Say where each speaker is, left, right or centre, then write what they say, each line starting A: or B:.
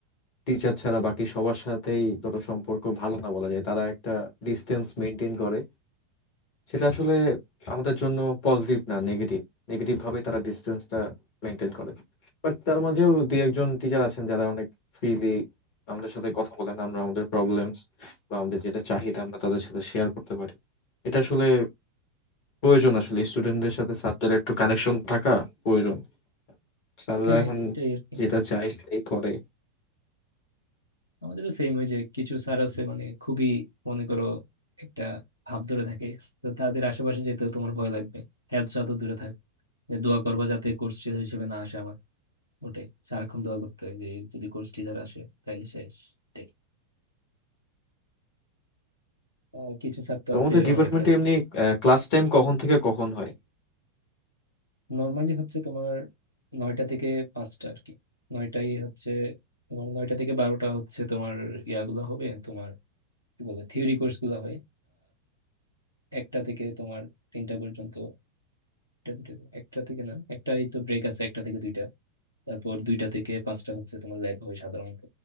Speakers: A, on the left; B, on the left.
A: টিচার ছাড়া বাকি সবার সাথেই ধরো সম্পর্ক ভালো না বলা যায় তারা একটা ডিসটেন্স মেনটেন করে সেটা আসলে আমাদের জন্য পজিটিভ না নেগেটিভ নেগেটিভ ভাবে তারা ডিস্টেন্সটা মেনটেন করে বাট তার মাঝেও দুই একজন টিচার আছেন যারা অনেক ফ্রিলি আমাদের সাথে কথা বলেন আমরা আমাদের প্রবলেমস বা আমাদের যেটা চাহিদা আমরা তাদের সাথে শেয়ার করতে পারি এটা আসলে প্রয়োজন আসলে স্টুডেন্টদের সাথে স্যারদের একটু কানেকশন থাকা প্রয়োজন স্যাররা
B: হ্যাঁ
A: এখন
B: এটাই আর কি
A: যেটা চায় সেটাই করে
B: আমাদেরও সেম ওই যে কিছু স্যার আছে মানে খুবই মনে করো একটা ভাব ধরে থাকে তো তাদের আশেপাশে যেতেও তোমার ভয় লাগবে হেল্প চাও তো দূরে থাক যে দোয়া করবা যাতে কোর্স টিচার হিসেবে না আসে আমার ওটাই সারাক্ষণ দোয়া করতে হয় যে যদি কোর্স টিচার আসে তাহলে শেষ এটাই। আর কিছু স্যার তো
A: তো
B: আছে
A: আমাদের ডিপার্টমেন্টে
B: অনেক হেল্পফুল
A: এমনি ক্লাস টাইম কখন থেকে কখন হয়
B: নর্মালি হচ্ছে তোমার নয়টা থেকে পাঁচটা আর কি নয়টাই হচ্ছে তোমার নয়টা থেকে বারোটা হচ্ছে তোমার ইয়াগুলো হবে তোমার কি বলে থিওরি কোর্স গুলো হয় একটা থেকে তোমার তিনটা পর্যন্ত একটা দুটো একটা থেকে না একটা এই তো ব্রেক আছে একটা থেকে দুইটা তারপর দুইটা থেকে পাঁচটা হচ্ছে তোমার ল্যাব হয় সাধারণত